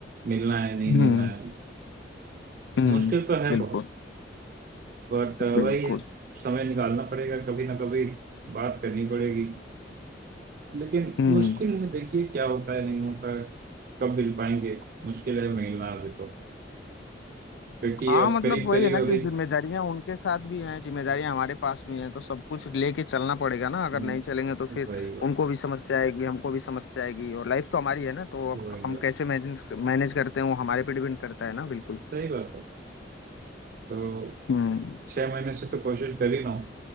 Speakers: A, on the right; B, on the left.
A: मिलना है नहीं
B: हम्म
A: मिलना है
B: हम्म
A: मुश्किल तो है
B: बिल्कुल
A: बहुत बट वही
B: बिल्कुल
A: है समय निकालना पड़ेगा कभी ना कभी बात करनी पड़ेगी लेकिन
B: हम्म
A: मुश्किल है देखिए क्या होता है नहीं होता है कब मिल पाएंगे मुश्किल है मिलना अभी तो क्योंकि
B: हाँ
A: अब
B: मतलब
A: करीब
B: वही
A: करीब
B: है ना
A: अभी
B: कि जिम्मेदारियां उनके साथ भी हैं जिम्मेदारियां हमारे पास भी हैं तो सब कुछ लेके चलना पड़ेगा ना अगर
A: हम्म,
B: नहीं चलेंगे तो फिर
A: वही बात
B: उनको भी समस्या आएगी हमको भी समस्या आएगी और लाइफ तो हमारी है ना तो
A: वही
B: अब हम
A: बात
B: कैसे मैनेज मैनेज करते हैं वो हमारे पे डिपेंड करता है ना बिल्कुल
A: सही बात है तो
B: हम्म
A: छह महीने से तो कोशिश कर ही रहा हूँ